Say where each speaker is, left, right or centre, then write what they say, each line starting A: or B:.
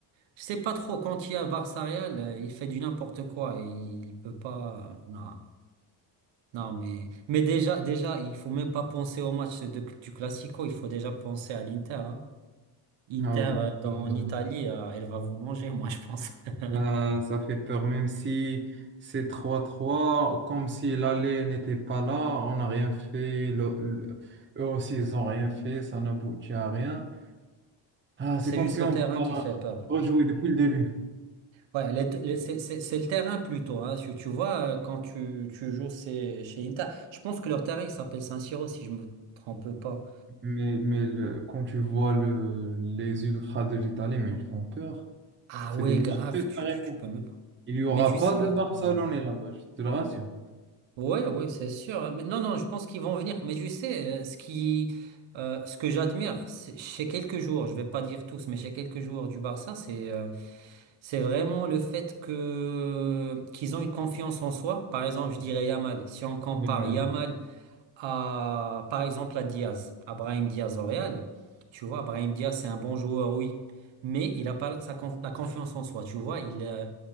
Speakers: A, on the right; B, on the right.
A: je sais pas trop, quand il y a Barça-Real, euh, il fait du n'importe quoi, et il peut pas, non. Non, mais, mais déjà, déjà, il faut même pas penser au match de- du Classico, il faut déjà penser à l'Inter. hein. Inter,
B: Ah oui,
A: euh, dans-
B: Euh,
A: en Italie, euh, elle va vous manger, moi, je pense. <laughs>
B: ça, ça fait peur, même si c'est trois trois comme si l'aller n'était pas là, on n'a rien fait, le- le- eux aussi ils n'ont rien fait, ça n'aboutit à rien. Ah,
A: C'est
B: c'est comme
A: juste
B: si
A: le
B: on
A: terrain
B: va
A: qui fait peur.
B: rejouer depuis le début.
A: Ouais, les- les- c'est c'est- c'est le terrain plutôt. Hein. Tu, tu vois, euh, quand tu, tu joues chez, chez Inter, je pense que leur terrain, il s'appelle San-Siro, si je me trompe pas.
B: Mais, mais le- quand tu vois le, les ultras de l'Italie, mais ils font peur.
A: Ah
B: C'est
A: ouais,
B: des mafieux
A: grave, tu,
B: carrément.
A: tu, tu peux même pas.
B: Il n'y aura
A: Mais tu sais,
B: pas de Barcelonais
A: ouais.
B: là-bas, je te le rassure.
A: Ouais, ouais, c'est sûr. hein. Mais non, non, je pense qu'ils vont venir. Mais je sais, euh, ce qui, euh, ce que j'admire c'est- chez quelques joueurs, je vais pas dire tous, mais chez quelques joueurs du Barça, c'est, euh, c'est vraiment le fait que qu'ils ont une confiance en soi. Par exemple, je dirais Yamal. Si on compare
B: Mais- mais-
A: Yamal à, par exemple, à Diaz, à Brahim Diaz au Real, tu vois, Brahim Diaz, c'est un bon joueur, oui, mais il a pas la, sa conf- la confiance en soi. Tu vois, il, euh,